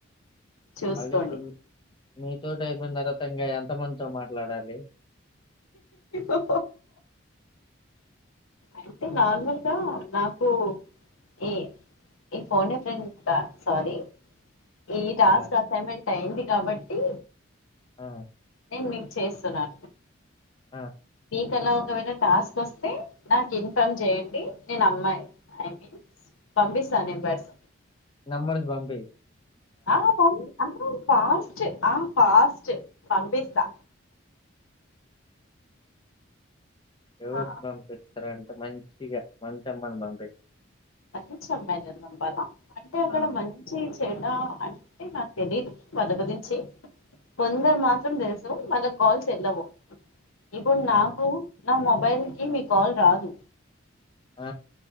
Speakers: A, on the left; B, on the left.
A: చూసుకోండి
B: మళ్ళీ ఇప్పుడు మీతోటి అయిపోయిన తర్వాత ఇంగా ఎంత మందితో మాట్లాడాలి
A: ఓ అయితే నార్మల్గా నాకు ఏ ఈ ఫోన్ ఏ ఫ్రెండ్ సారీ ఈ టాస్క్
B: ఇంగా
A: అసైన్మెంట్ అయింది కాబట్టి
B: ఆ
A: నేను మీక్ చేస్తున్నాను
B: ఆ
A: మీకలా ఒకవేళ టాస్క్ వస్తే నాకు ఇన్ఫార్మ్ చేయండి నేను అమ్మాయి ఐ మీన్ పంపిస్తా నెంబర్స్
B: నమ్మర్స్ బంపి
A: ఆ పం ఆ ఫాస్ట్ ఆ ఫాస్ట్ పంపిస్తా
B: ఎవరికి
A: ఆ!
B: పంపి సర అంటే మంచిగా మంచి అమ్మను పంపి
A: మంచి అమ్మాయి నే పంపాలా అంటే అక్కడ
B: ఆ!
A: మంచి చెడా అంటే నాకు తెలీదు వాళ్ళ గురించి కొందరు మాత్రం తెలుసు వాళ్ళకు కాల్స్ ఎల్లవు ఇప్పుడు
B: ఆ!
A: నాకు నా మొబైల్ కి మీ కాల్ రాదు
B: ఆ